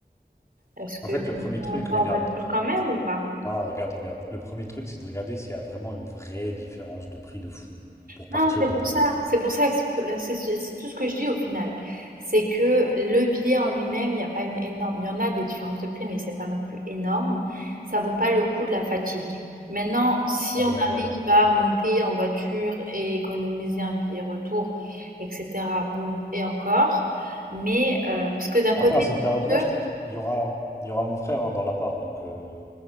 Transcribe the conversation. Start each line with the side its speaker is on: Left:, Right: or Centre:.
Right: est-ce que
Left: En fait, le premier
Right: on peut monter
Left: truc, regarde.
Right: en voiture quand même ou pas?
Left: Ah, regarde, regarde. Le premier truc, c'est de regarder s'il y a vraiment une vraie différence de prix de fou pour partir
Right: Non, c'est
Left: de
Right: pour
Left: Paris.
Right: ça, c'est pour ça que c'est euh, c'est- c'est- c'est tout ce que je dis au final. C'est que le billet en lui-même, il n'y a pas une énorme. Il y en a des différences de prix, mais c'est pas non plus énorme. Ça vaut pas le coup de la fatigue. Maintenant, si
Left: Ah,
Right: on
Left: bah, voilà.
Right: arrive à remonter en voiture et économiser un billet retour, etc., bon, et encore. Mais, euh, parce que d'un côté,
Left: Après, à cette
Right: je
Left: période-là,
Right: pense
Left: je
Right: que
Left: te dis, il y aura, il y aura mon frère hein, dans l'appart, donc euh,